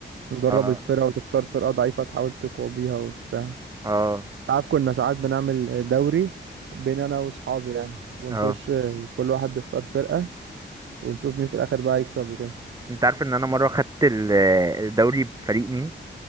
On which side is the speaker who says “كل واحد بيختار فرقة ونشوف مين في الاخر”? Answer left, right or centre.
Right